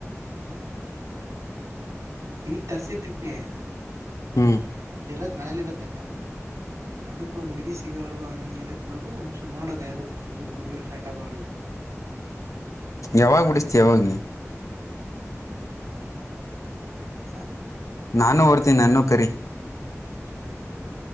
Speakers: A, on the right; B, on the left.
A: ಹಾ ಸೀಟ್ ತರ್ಸಿ ತಿಮಗೆ
B: ಹ್ಮ್
A: ಅಲ್ಲಿ ಇರತ್ ಮನೇಲಿ ಇರತ್ತ ಅದು ಒಂದಂದು ಹುಡ್ಗಿ ಸಿಗೋವರ್ಗೂ ಹಗೆರ್ಗೂ ಒ ಸುನ್ನೋಡ ದೇದ ಕುಡಿಯರ್ ಕುಡಿಯರ್ ಫ್ರೆಂಡ ಆ ಅವದು
B: ಯಾವಾಗ ಬಿಡಿಸತಿ ಯಾವಾಗ
A: ಹ್ಮ್ ಇನ್ನೊಂದೆರಡು ದಿವ್ಸ
B: ನಾನು ಓಡ್ತೀನಿ ನಾನು ಕರಿ
A: ಹ್ಮ ಸರಿ ಸರಿ